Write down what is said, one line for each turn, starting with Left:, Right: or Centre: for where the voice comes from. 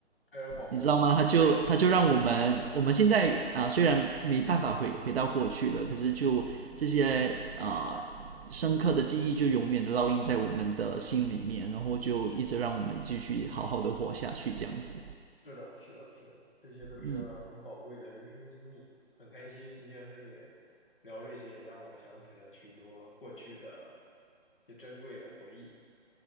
Left: 非常宝贵的。
Right: 你知道吗？它就它就让我们我们现在啊、呃虽然没办法回回到过去了，可是就这些啊、呃深刻的记忆就永远的烙印在我们的心里面，然后就一直让我们继续好好的活下去，这样子。
Left: 是的，是的，是的，这些都是很宝贵的人生经历。
Right: 嗯。
Left: 很开心今天和你聊这些，让我想起了许多过去的一些珍贵的回忆。